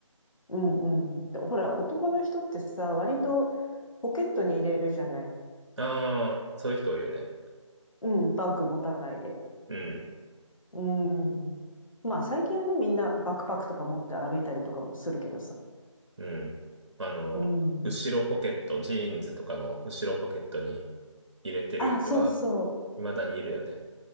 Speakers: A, on the left; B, on the right.
A: うんうん。でほら、男の人ってさ、割とポケットに入れるじゃない。
B: ああー、そういう人多いよね。
A: うん、バッグ持たないで。
B: うん、
A: うん。まあ最近はね、みんなバックパックとか持って歩いたりとかもするけどさ。
B: うん。あの、
A: うん。
B: 後ろポケット、ジーンズとかの後ろポケットに入れてる人は
A: あ、そうそ
B: 未だにいるよね。